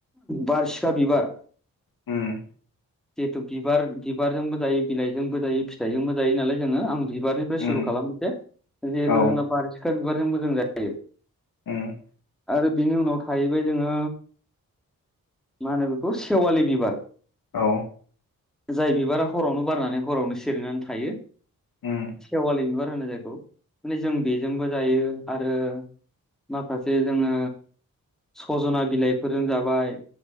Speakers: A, in the centre; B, on the left.
A: बारसिखा बिबार।
B: हुम।
A: जिहेथु बिबार बिबारजोंबो जायो बिलाइजोंबो जायो फिथाइजोंबो जायो नालाय जोङो आं बिबारनिफ्राय
B: उम
A: सुरु खालाम खालामनोसै मोनसे जिहेतु
B: औ
A: जोंना बार सिखा बिबारजोंबो जों जायो।
B: उम
A: आरो बिनि उनाव थाहैबाय जोङो। मा होनो बेखौ सेवालि बिबार
B: औ
A: जाय बिबारा हरावनो बारनानै हरावनो सेरनानै थायो।
B: उम
A: सेवालि बिबार होनो जायखौ माने जों बेजोंबो जायो आरो माखासे जोङो सजना बिलाइफोरजों जाबाय